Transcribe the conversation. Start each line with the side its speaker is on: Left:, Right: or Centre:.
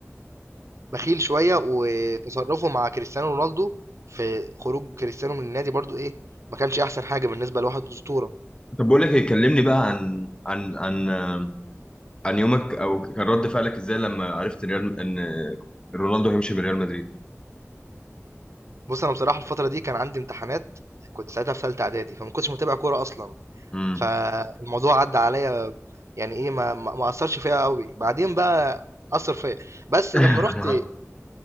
Right: بخيل شويه وتصرفه مع كريستيانو رونالدو في خروج كريستيانو من النادي برضو ايه ما كانش احسن حاجه بالنسبه لواحد اسطوره
Left: طب بقول لك إيه، كلمني بقى عن عن عن آه، عن يومك او كان رد فعلك ازاي لما عرفت ان ريال ان رونالدو هيمشي من ريال مدريد
Right: بص انا بصراحه الفتره دي كان عندي امتحانات كنت ساعتها في ثالثه اعدادي فما كنتش متابع كوره اصلا
Left: امم
Right: فالموضوع عدى عليا يعني ايه ما ما ما اثرش فيا قوي بعدين بقى اثر فيا بس
Left: <laughs>
Right: لما رحت